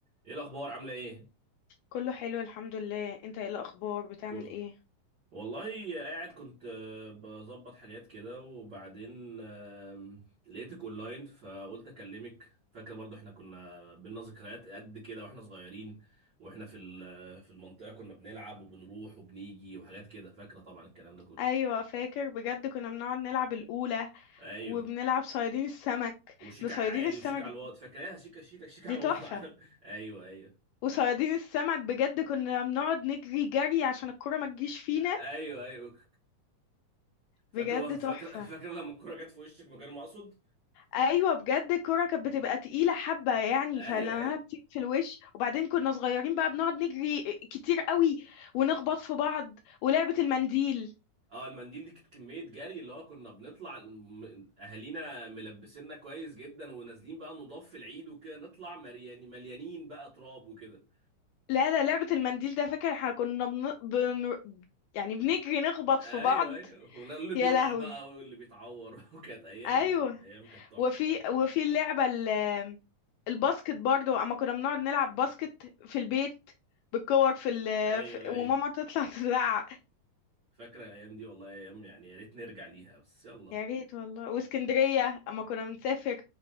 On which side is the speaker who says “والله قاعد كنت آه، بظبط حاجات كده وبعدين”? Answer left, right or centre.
Right